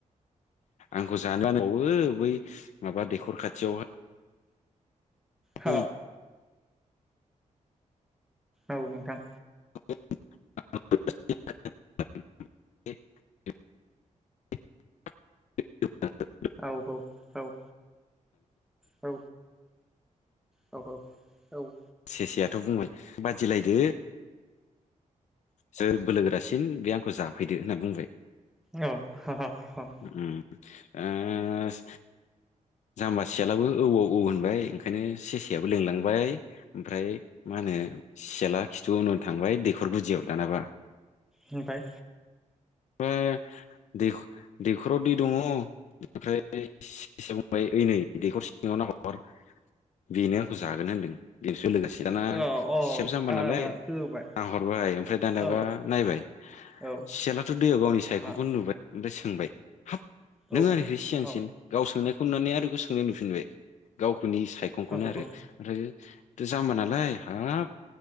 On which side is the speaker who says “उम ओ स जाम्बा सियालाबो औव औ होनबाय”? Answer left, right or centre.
Left